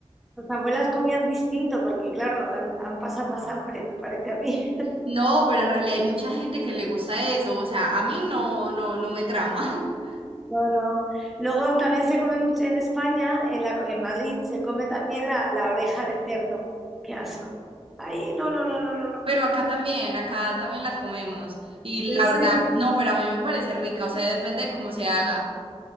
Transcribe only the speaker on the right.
No, pero en realidad hay mucha gente que le gusta eso, o sea, a mí no, no, no me trama. <laughs>
Pero acá también, acá también la comemos. Y
la
verdad, no, pero a mí me parece rica, o sea, depende de cómo se haga.